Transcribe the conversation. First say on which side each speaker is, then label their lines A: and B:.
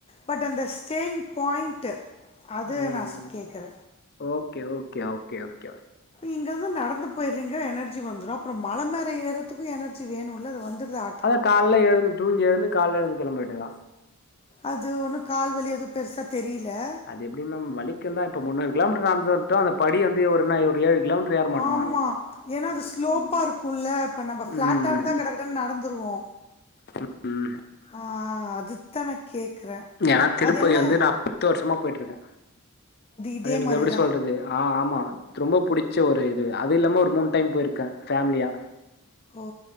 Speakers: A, on the left; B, on the left.
A: பட் அந்த ஸ்டேயிங் பாயிண்ட்டு அது
B: ம்
A: நா சு கேக்ற
B: ஓகே ஓகே ஓகே ஓகே
A: இங்கயிருந்து நடந்து போயிறீங்க எனர்ஜி வந்துடு அப்றோ மல மேல ஏறதுக்கு எனர்ஜி வேணுல அது வந்துருதா
B: அதா கால எழுந் தூங்கி எழுந்து கால எழுந்து கிளம்ப வேண்டிதா
A: அது ஒன்னு கால்வலி எதுவு பெருசா தெரில
B: அது எப்டி மேம் வலிக்கு தா இப்ப மூன்னாறு கிலோமீட்டர் நடந்து வந்டோ அந்த படி வந்து ஒரு என்ன ஒரு ஏழு கிலோமீட்டர் ஏறமாட்
A: ஆமா ஏனா அது ஸ்லோப்பா இருக்குல இப்ப நம்ம ஃபிளாட்டா
B: ம்
A: இருந்தா கடக்கடானு நடந்துருவோ
B: ம் ம்
A: ஆ அது நா கேக்குறே
B: ஏனா திருப்பதி
A: என்ன
B: வந்து நா பத்து வருஷமா போயிட்டு இருக்க
A: இதே
B: அது எனக்கு
A: மாரிதா
B: எப்டி சொல்றது ஆ ஆமா ரொம்ப புடிச்ச ஒரு இது அது இல்லாம ஒரு மூணு டைம் போயிருக்க ஃபேமிலியா
A: ஓ